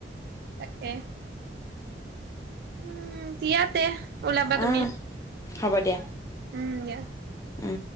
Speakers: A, on the right (about 60°); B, on the left (about 15°).
A: তাকে। উ, দিয়াতে ওলাবা
B: উম,
A: তুমি।
B: হ'ব দিয়া।
A: উম, দিয়া।
B: উম।